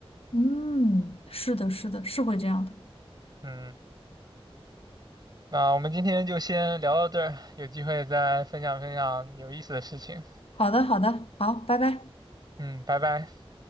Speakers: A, on the left; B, on the right.
A: 嗯，是的，是的，是会这样的。
B: 嗯，那我们今天就先聊到这儿，有机会再分享分享有意思的事情。
A: 好的，好的，好，拜拜。
B: 嗯，拜拜。